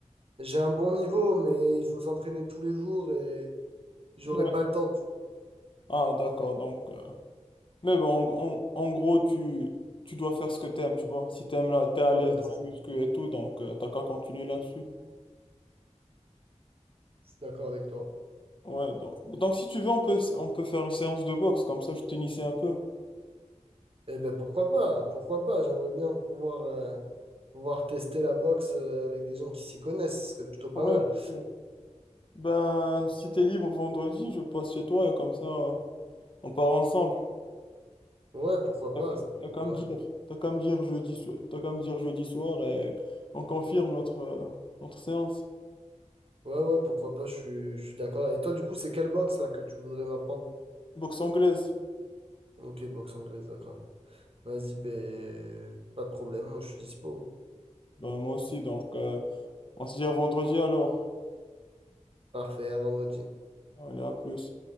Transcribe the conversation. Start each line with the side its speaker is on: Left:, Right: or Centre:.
Right: J'ai un bon niveau, mais il faut s'entraîner tous les jours et j'aurai
Left: Ouais.
Right: pas le temps. tu vois.
Left: Ah, d'accord. Donc, euh, Mais bon, en, en- en gros, tu, tu dois faire ce que t'aimes, tu vois. Si t'aimes là, t'es à l'aise
Right: Voilà,
Left: dans
Right: c'est ça.
Left: la muscu et tout, donc euh, t'as qu'à continuer là-dessus.
Right: Je suis d'accord avec toi.
Left: Ouais, donc, donc si tu veux, on peut, on peut faire une séance de boxe, comme ça je t'initie un peu.
Right: Eh ben pourquoi pas? Pourquoi pas? J'aimerais bien pouvoir, euh, pouvoir tester la boxe euh, avec des gens qui s'y connaissent. Ce serait plutôt pas
Left: Ouais,
Right: mal.
Left: bien sûr. Ben, si t'es libre vendredi, je passe chez toi et comme ça, euh, on part ensemble.
Right: Ouais, pourquoi
Left: T'as
Right: pas?
Left: qu'à
Right: Ça peut
Left: t'as
Right: être
Left: qu'à
Right: pas
Left: me dire,
Right: mal.
Left: t'as qu'à me dire jeudi, so- t'as qu'à me dire jeudi soir et on confirme notre, euh, notre séance.
Right: Ouais, ouais, pourquoi pas? Je suis, je suis d'accord. Et toi, du coup, c'est quelle boxe là que tu voudrais m'apprendre?
Left: Boxe anglaise.
Right: Ok, boxe anglaise, d'accord. Vas-y, ben pas de problème. Moi, je suis dispo.
Left: Ben, moi aussi, donc euh, on se dit à vendredi alors.
Right: Parfait, à vendredi.
Left: Allez, à plus.